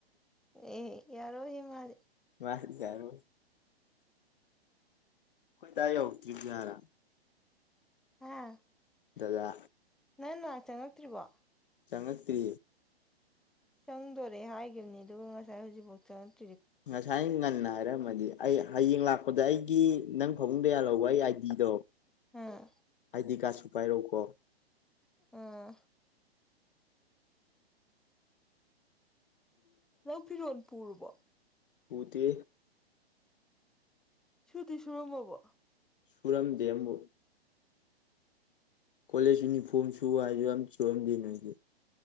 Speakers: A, in the centre; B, on the left (about 55°).
A: ꯑꯦ ꯌꯥꯔꯣꯏ ꯍꯦ ꯃꯥꯗꯤ
B: ꯃꯥꯗꯤ ꯌꯥꯔꯣꯏ ꯈꯣꯏ ꯗꯥ ꯌꯧꯔꯛꯇ꯭ꯔꯤꯕꯖꯔ
A: ꯑꯥ
B: ꯗꯗꯥ
A: ꯅꯪꯅꯥꯛ ꯆꯪꯉꯛꯇ꯭ꯔꯤ ꯕꯣ
B: ꯆꯪꯉꯛꯇꯦ
A: ꯆꯪꯗꯣꯔꯦ ꯍꯥꯏꯒꯤꯝꯅꯤ ꯑꯗꯨꯕꯨ ꯉꯁꯥꯏ ꯍꯧꯖꯤꯛ ꯐꯥꯎ ꯆꯉꯛ
B: ꯉꯁꯥꯏꯉꯟꯅ ꯍꯥꯏꯔꯝꯃꯗꯤ ꯑꯩ ꯍꯌꯦꯡ ꯂꯥꯛꯄꯗ ꯑꯩꯒꯤ ꯅꯪ ꯐꯕꯨꯡꯗ ꯌꯥꯜꯍꯧꯕ ꯑꯩ ꯑꯥꯏꯗꯤꯗꯣ
A: ꯑꯥ
B: ꯑꯥꯏꯗꯤ ꯀꯥꯔꯗꯁꯨ ꯄꯥꯏꯔꯛꯎꯀꯣ
A: ꯑꯥ ꯅꯪ ꯐꯤꯔꯣꯟ ꯄꯨꯔꯨꯕꯣ
B: ꯄꯨꯇꯦ
A: ꯁꯨꯇꯤ ꯁꯨꯔꯝꯃꯕꯣ
B: ꯁꯨꯔꯝ ꯗꯦ ꯑꯝꯕꯨꯛ ꯀꯣꯂꯦꯖ ꯌꯨꯅꯤꯐꯣꯝ ꯁꯨ ꯍꯥꯏꯁꯨ ꯑꯝ ꯁꯨꯔꯝꯗꯦ ꯅꯣꯏꯗꯤ